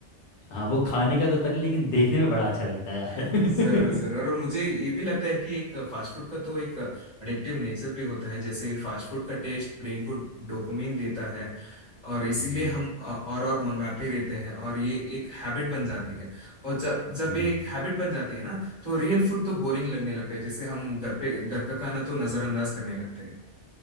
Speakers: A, on the left; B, on the right.
A: हाँ वो खाने का तो पता नहीं लेकिन देखने में बड़ा अच्छा लगता है यार
B: जरूर
A: <laughs>
B: जरूर और मुझे ये भी लगता है कि एक फास्ट फूड का तो एक अडिक्टिव नेचर भी होता है जैसे फास्ट फूड का टेस्ट ब्रेन को डोपामिन देता है और इसीलिए
A: हम्म
B: हम और और मंगाते रहते हैं और ये एक हैबिट बन जाती है और जब जब
A: हम्म,
B: ये एक हैबिट बन जाती है ना तो रियल फूड तो बोरिंग लगने लगता है जैसे हम घर पे घर का खाना तो नजरअंदाज करने लगते हैं